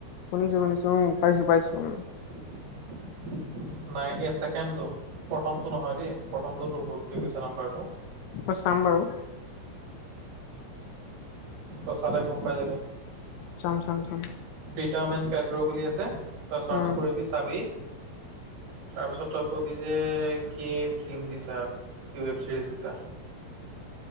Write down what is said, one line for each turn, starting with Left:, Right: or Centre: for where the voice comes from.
Left: শুনিছোঁ, শুনিছোঁ, উম, পাইছোঁ, পাইছোঁ উম।
Right: নাই, এই ছেকেণ্ডটো। প্ৰথমটো নহয় দেই, প্ৰথমটো তোৰ ভুল কৰি গৈছে নাম্বাৰটো।
Left: অ', চাম বাৰু।
Right: তই চালে গম পাই যাবি,
Left: চাম চাম চাম
Right: প্ৰিটামেন পেড্ৰ বুলি আছে। তই চাৰ্চ
Left: উম,
Right: কৰিবি চাবি, তাৰপিছত তই কবি যে কি ফিল্ম দিছা, কি ৱেব চিৰিজ দিছা।